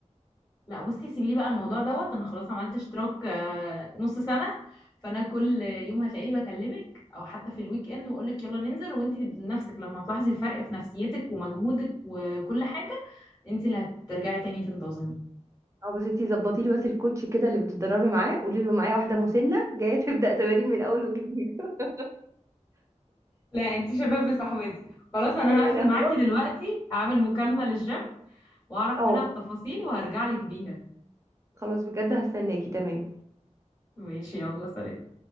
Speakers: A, on the left; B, on the right.
A: لا بصي سيبي لي بقى الموضوع دوت انا خلاص عملت اشتراك آه، نص سنة فانا كل يوم هتلاقيني بكلمك او حتى في الويك اند واقول لك يلا ننزل وانت بنفسك لما هتلاحظي الفرق في نفسيتك ومجهودك وكل حاجة انت اللي هترجعي تاني تنتظمي
B: اه بس انتي ظبطي لي بس الكوتش كده اللي بتتدربي معاه قولي له معايا واحده مسنه جايه <laughs> تبدا تمارين من اول وجديد <laughs>
A: لا انتي شباب صاحبتي خلاص انا
B: ايوه
A: هقفل
B: انا
A: معاكي
B: خلاص
A: دلوقتي هعمل مكالمة للجيم واعرف
B: اه
A: منها التفاصيل وهرجع لك بيها
B: خلاص بجد هستناكي تمام
A: ماشي يلا سلام